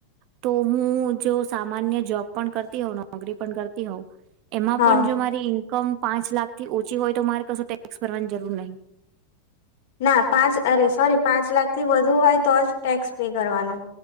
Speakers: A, on the right; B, on the left.
A: તો હું જો સામાન્ય જોબ પણ કરતી હોવ, નોકરી પણ કરતી હોવ એમાં
B: હા
A: પણ જો મારી ઈન્કમ પાંચ લાખ થી ઓછી હોય તો મારે કશું ટેક્સ ભરવાની જરૂર નહીં.
B: ના પાંચ, અરે સોરી, પાંચ લાખ થી વધુ હોય તો જ ટેક્સ પે કરવાનો.